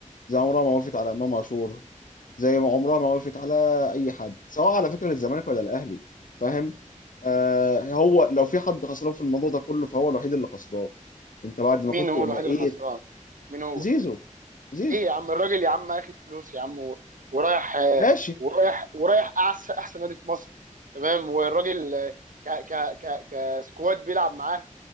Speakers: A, on the left; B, on the right.
A: زي عمرها ما وقفت على امام عاشور زي ما عمرها ما وقفت على اي حد سواء على فكره للزمالك ولا الاهلي فاهم آه هو لو في حد خسران في الموضوع ده كله فهو الوحيد اللي خسران انت بعد ما
B: مين
A: كنت
B: هو
A: بقيت
B: الوحيد اللي خسران مين هو
A: زيزو زيزو
B: ليه يا عم الراجل يا عم اخد فلوس يا عم و- ورايح آه،
A: ماشي
B: ورايح ورايح احسن احسن نادي في مصر تمام والراجل آه، ك ك ك كسكواد بيلعب معاه